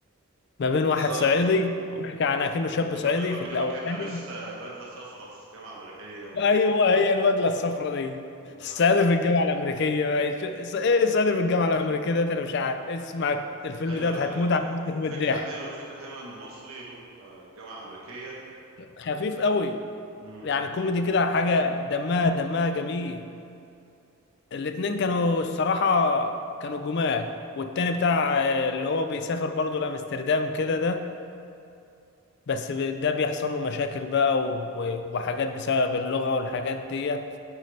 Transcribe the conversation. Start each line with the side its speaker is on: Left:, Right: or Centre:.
Left: ما بين واحد
Right: اه
Left: صعيدي بيحكي عن كأنه شاب
Right: لما
Left: صعيدي
Right: لما
Left: في
Right: لما
Left: الاولاني
Right: كان لابس آه، البدله صفرا في جامعه امريكيه و...
Left: ايوه هي البدله الصفراء دي
Right: آه،
Left: السعاده في الجامعه الامريكيه ايه السعاده في الجامعه الامريكيه ده انا مش عارف اسمع الفيلم
Right: حلو
Left: ده هتموت
Right: حلو ف-
Left: على نفسك من الضحك
Right: فكره حلوه فكره حلوه ان مصري يروح آه، جامعه امريكيه
Left: خفيف قوي
Right: مم.
Left: يعني كوميدي كده حاجه دمها دمها جميل الاتنين كانوا الصراحه كانوا جمال والتاني بتاع آه، اللي هو بيسافر برضه لامستردام كده ده بس ب- ده بيحصل له مشاكل بقى و- وحاجات بسبب اللغه والحاجات ديت